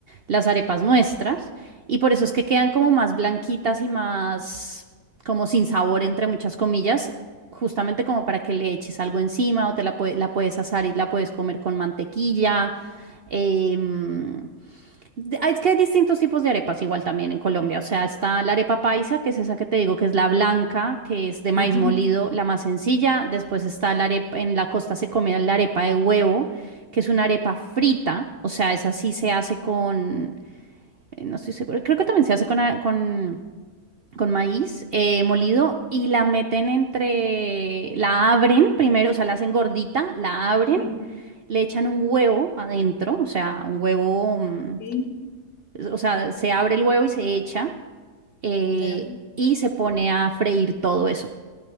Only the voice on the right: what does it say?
las arepas nuestras y por eso es que quedan como más blanquitas y más como sin sabor, entre muchas comillas, justamente como para que le eches algo encima o te la, pue- la puedes asar y la puedes comer con mantequilla. em, De- ah, Es que hay distintos tipos de arepas igual también en Colombia. O sea, está la arepa paisa, que es esa que te digo, que es la blanca, que es de maíz
molido, la más sencilla. Después está la arepa, en la costa se come la arepa de huevo, que es una arepa frita. O sea, esa sí se hace con, eh, no estoy segura, creo que también se hace con, a- con, con maíz eh, molido y la meten entre, la abren primero, o sea, la hacen gordita, la abren,
le echan un huevo adentro, o sea, un huevo. mm,
o sea, se abre el huevo y se echa eh,
y se pone a freír todo eso.